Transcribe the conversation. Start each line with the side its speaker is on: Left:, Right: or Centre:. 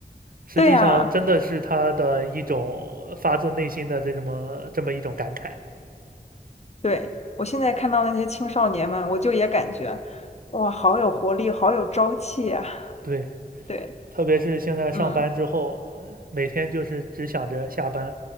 Right: 实际上真的是他的一种发自内心的这么这么一种感慨。
Left: 对啊，对，我现在看到那些青少年们，我就也感觉，哇，好有活力，好有朝气啊。
Right: 对，
Left: 对，
Right: 特别是现在上班之后，
Left: 嗯。
Right: 每天就是只想着下班，